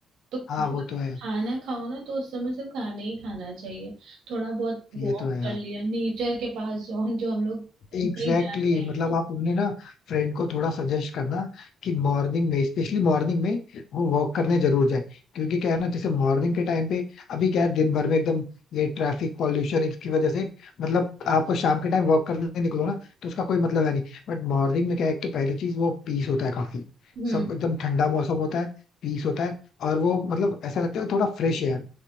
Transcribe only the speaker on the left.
हाँ
वो तो है
ये
तो है यार
Exactly
exactly.
मतलब आप अपने ना फ्रेंड को थोड़ा सजेस्ट करना कि मॉर्निंग में स्पेशली मॉर्निंग में वो वॉक करने जरूर जाए क्योंकि क्या है ना जैसे मॉर्निंग के टाइम पे अभी क्या है दिन भर में एकदम ये ट्रैफिक पॉल्यूशन इसकी वजह से मतलब आप शाम के टाइम वॉक करने निकलो ना तो उसका कोई मतलब है नहीं बट मॉर्निंग में क्या है एक तो पहली चीज वो पीस होता है काफी
सब एकदम ठंडा मौसम होता है पीस होता है और वो मतलब ऐसा लगता है थोड़ा फ्रेश एयर